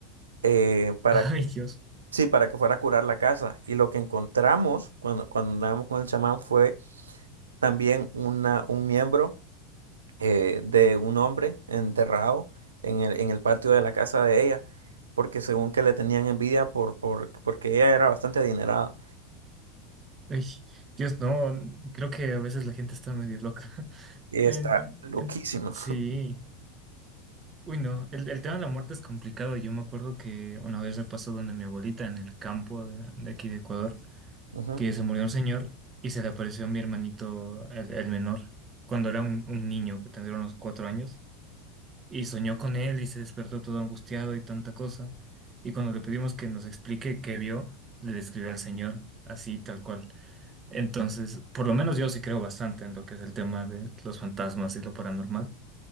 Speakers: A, on the right (about 80°); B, on the right (about 30°).
A: eh, para
B: <laughs> Ay, Dios.
A: Sí, para que fuera a curar la casa. Y lo que encontramos cuando, cuando andábamos con el chamán fue también una, un miembro eh, de un hombre enterrado en el, en el patio de la casa de ella, porque según que le tenían envidia por, por, porque ella era bastante adinerada.
B: Ay, Dios, no, creo que a veces la gente está medio loca. <laughs>
A: Y
B: En-
A: está loquísima.
B: en- sí. Uy, no, el, el tema de la muerte es complicado. Yo me acuerdo que una vez me pasó donde mi abuelita en el campo de de aquí de Ecuador.
A: Ujú.
B: que se murió un señor y se le apareció a mi hermanito, el, el menor, cuando era un, un niño que tendría unos cuatro años, y soñó con él y se despertó todo angustiado y tanta cosa. Y cuando le pedimos que nos explique qué vio, le describió al señor así, tal cual. Entonces, por lo menos yo sí creo bastante en lo que es el tema de los fantasmas y lo paranormal,